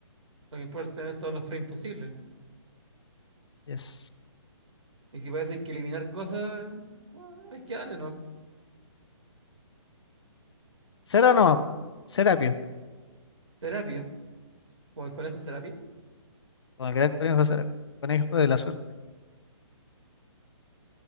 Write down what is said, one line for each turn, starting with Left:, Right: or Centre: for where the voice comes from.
Right: lo que importa es tener todos los frames posibles.
Left: Yes.
Right: Y si parece que eliminar cosas, ah, hay que darle, ¿no?
Left: Cera nomás. po. Serapio.
Right: Terapia. O el conejo terapia.
Left: Con el gran conejo Serapio. Conejo de la suerte.